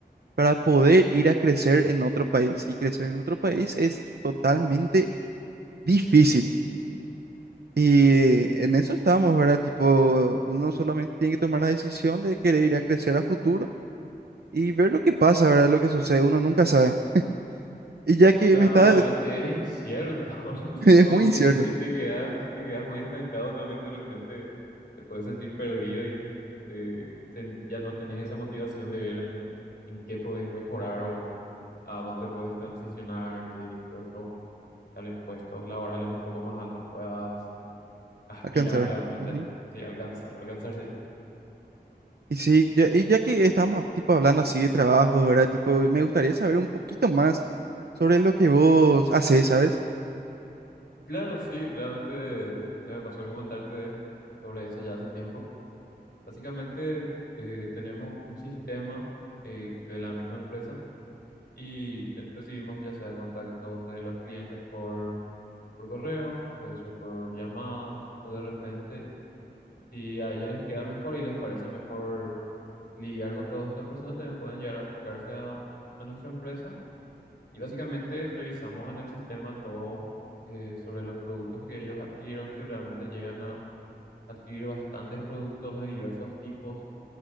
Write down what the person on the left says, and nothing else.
Claro,
realmente
es incierto. <laughs>
Como
que si te quedas, si te quedas muy estancado también de repente te puedes sentir perdido y eh, ten- ya no tenés esa motivación de ver en, en qué podés mejorar o a dónde podés transicionar, qué, qué otros tales puestos laborales un poco más altos puedas aspirar
realmente.
Sí, alcanzar, alcanzar sería.
Claro, sí, realmente se me pasó el comentarte sobre eso ya hace tiempo. Básicamente eh, tenemos un sistema eh, de la misma empresa y te- recibimos ya sea contactos de los clientes por, por correo, puede ser por llamadas o de repente si a ellos les queda mejor y les parece mejor lidiar con todo esto en persona, también pueden llegar a acercarse a, a nuestra empresa y básicamente revisamos en el sistema todo eh, sobre los productos que ellos adquirieron que realmente llegan a adquirir bastantes productos de diversos tipos